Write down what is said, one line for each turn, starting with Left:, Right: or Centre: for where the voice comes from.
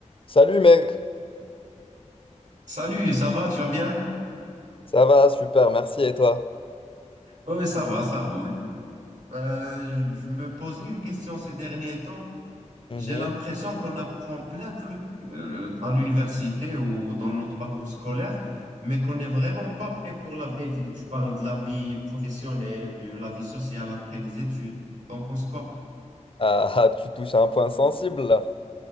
Left: Salut mec,
Right: Salut, ça va, tu vas bien?
Left: ça va, super, merci et toi?
Right: Oui, ça va, ça roule. Euh, je me posais une question ces derniers temps.
Left: Mhm.
Right: J'ai l'impression qu'on apprend plein de trucs euh, à l'université ou dans notre parcours scolaire, mais qu'on n'est vraiment pas prêt pour la vraie vie. Je parle de la vie professionnelle, de la vie sociale après les études. T'en penses quoi?
Left: Ah, ah, tu touches à un point sensible là.